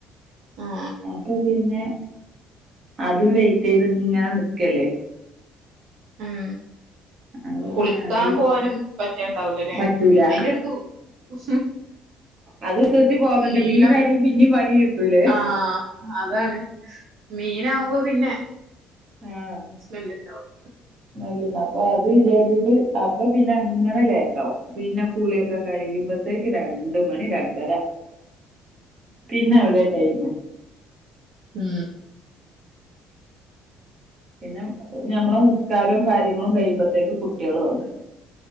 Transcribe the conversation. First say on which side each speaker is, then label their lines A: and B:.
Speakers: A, on the right (about 65°); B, on the right (about 35°).
A: അഹ് ആ
B: അപ്പ പിന്നെ അതും വെറ്റ് ചെയ്ത് ഇങ്ങനെ നിക്കല്ലേ
A: ഉം
B: അപ്പൊ
A: കുളിക്കാൻ
B: പിന്നെ ആയി
A: പോവാനും പറ്റണ്ടാവൂലല്ലേ
B: പറ്റൂല
A: അയിന്റെ എടക്കും ഉം
B: അത് വിശ്വസിച്ച് പോവാ പറ്റൂല
A: മീന
B: മീനാണെങ്കിൽ പിന്നെയും പണി കട്ടൂലേ
A: ആഹ് അതാണ് മീനാവുമ്പോ പിന്നെ
B: ആഹ്
A: സ്മെല്ല് ഉണ്ടാവും
B: അല്ലല്ല അപ്പൊ അത് വിചാരിച്ചിട്ട് അപ്പൊ പിന്നെ അങ്ങനെ ലേറ്റവും പിന്നെ കുളിയൊക്കെ കഴിയുമ്പോത്തേക്ക് രണ്ട് മണി രണ്ടര പിന്നെ എവിടെയാ ടൈമ്
A: മ്
B: പിന്നെ ഞമ്മളെ നിസ്കാരവും കാര്യങ്ങളും കഴിയുമ്പോത്തേക്ക് കുട്ടികള് വന്നു